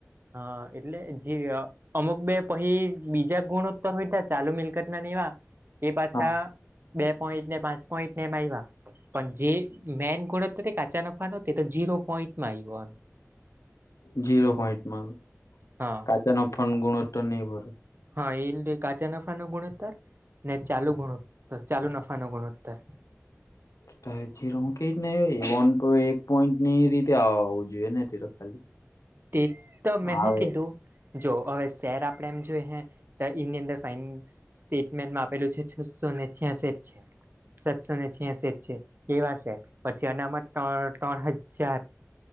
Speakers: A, on the right; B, on the left.
A: હા, એટલે જે અમુક બે પછી બીજા ગુણોત્તર હોય ત ચાલુ મિલકત ના એવા એ પાછા
B: હા
A: બે પોઈન્ટ ને પાંચ પોઈન્ટ ને એમ આવ્યા પણ જે મેન ગુણત્ કાચા નફા ન તે તો જીરો પોઈન્ટમાં આવ્યોમ
B: ઝીરો પોઈન્ટમાં
A: હા.
B: પાચ ન ફન ગુણત્વ નઈ ભર
A: હા એલે કાચા નફા નો ગુણોત્તર ને ચાલુ ગુણોત્તર ચાલુ નફા નો ગુણોત્તર
B: ત જીરો કઈ એક પોઈન્ટ ની રીતેવું જોઈએ, ને ખાલી
A: તે તો મેં હું
B: આવે
A: કીધું જો અવે ત્યાં આપણે એમ જોઈએ હે એની અંદર ફાઇન્સ સ્ટેટમેન્ટમાં આપેલું છે છસો ને છ્યાસઠ છે સાતસો ને છ્યાસઠ છે. કેવાશે પછી, અનામત ત્રણ હજાર